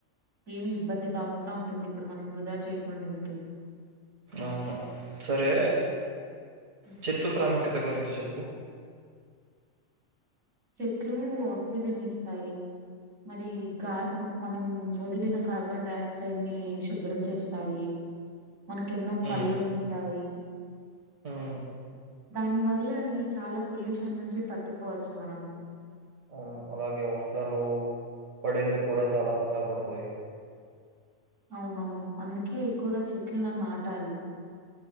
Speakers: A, on the right (about 70°); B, on the right (about 85°).
A: ఏమి ఇబ్బంది కాకుండా ఉంటుంది ఇప్పుడు మనం వృధా చేయకుండా ఉంటే
B: అవును సరే
A: హ్మ్.
B: చెట్లు ప్రాముఖ్యత గురించి చెప్పు
A: చెట్లు ఆక్సిజన్ ఇస్తాయి మరి గా మనం వదిలిన కార్బన్ డైఆక్సైడ్ ని శుభ్రం చేస్తాయి
B: <inaudible>
A: మనకి ఎన్నో
B: హ్మ్.
A: పళ్ళునిస్తాయి
B: హ్మ్.
A: దాని వల్ల
B: అ
A: ఈ చాలా పొల్యూషన్ నుంచి తట్టుకోవ చ్చు మనం
B: అవును అలాగే వర్షాలు పడేందుకు కూడా చాలా సహాయపడతాయి
A: అవునవును అందుకే ఎక్కువగా చెట్లును నాటాలి